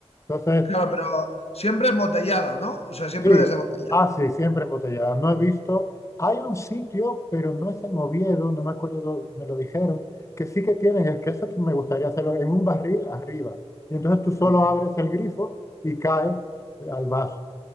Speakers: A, on the left (about 25°); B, on the left (about 65°).
A: Entonces,
B: Claro, pero siempre embotellada, ¿no? O sea, siempre
A: Sí,
B: desde botella.
A: ah, sí, siempre embotellada. No he visto. Hay un sitio, pero no es en Oviedo, no me acuerdo, me lo dijeron, que sí que tienen, es que eso que me gustaría hacerlo, en un barril arriba. Y entonces tú solo
B: Mm,
A: abres el grifo y cae eh, al vaso.